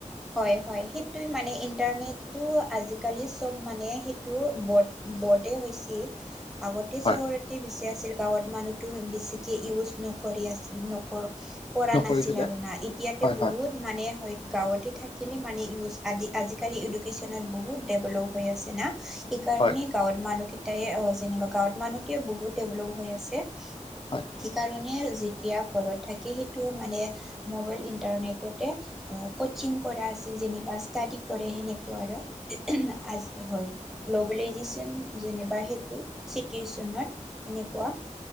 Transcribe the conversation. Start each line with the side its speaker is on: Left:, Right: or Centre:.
Centre: হয়, হয় সিত টোই মানে ইণ্টাৰনেটটো আজি-কালি চব মানে সেইটো বড বডেই হৈছি। আগতে
Left: হয়
Centre: চহৰতে বেছি আছিল গাঁৱত মানুহ টো বেছিকে ইউজ নকৰি আছিল, কৰা
Left: নকৰিছিলে
Centre: নাছিল আৰু না এতিয়াতো
Left: হয় হয়
Centre: বহুত মানে হয় গাঁৱতে থাকিলে মানে ইউজ আজি-কালি এডুকেশ্বনত বহুত দেভলপ হৈ আছে না। সেইকাৰণে
Left: হয়
Centre: গাঁৱত মানুহকেইটাই অ, যেনিবা গাঁৱত মানুহ কিয় বহুত ডেভলপ হৈ আছে।
Left: হয়
Centre: সিকাৰণ মানে যেতিয়া ঘৰত থাকি সেইটোও মানে মোবাইল ইণ্টাৰনেটতে ক চিং কৰা আছিল যেনিবা ষ্টাডী কৰে সেনেকুৱা আৰু আজ হয়। গ্ল'বেলাইজিশ্যন যেনিবা সেইটো চিটুৱেচনত সেনেকুৱা।